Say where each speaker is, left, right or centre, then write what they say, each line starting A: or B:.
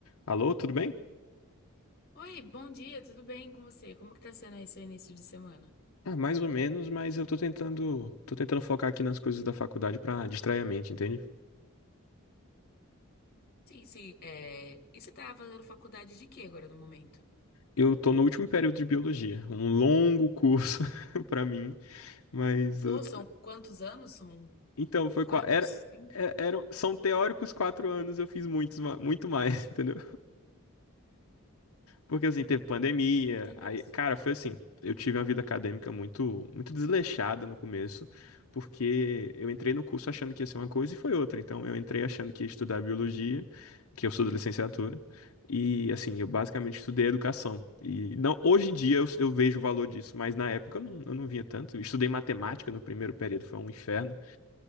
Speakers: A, on the left; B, on the left.
A: Alô, tudo bem?
B: Oi, bom dia, tudo bem com você? Como que tá sendo esse início de semana?
A: Ah, mais ou menos, mas eu tô tentando, tô tentando focar aqui nas coisas da faculdade pra distrair a mente, entende?
B: Sim, sim. É... E você tá fazendo faculdade de quê agora no momento?
A: Eu tô no último período de biologia, um longo curso <laughs> pra mim, mas
B: Pô,
A: eu-
B: são quantos anos? São
A: então foi
B: quatro,
A: qua- era,
B: cinco?
A: é- eram são teóricos quatro anos, eu fiz muitos, ma- muito mais, <laughs> entendeu? Porque assim, teve pandemia,
B: Meu Deus.
A: aí, cara, foi assim, eu tive uma vida acadêmica muito muito desleixada no começo, porque eu entrei no curso achando que ia ser uma coisa e foi outra. Então eu entrei achando que ia estudar biologia, que eu sou da licenciatura, e assim, eu basicamente estudei educação. E não, hoje em dia eu, eu vejo o valor disso, mas na época eu não, eu não vinha tanto. Eu estudei matemática no primeiro período, foi um inferno.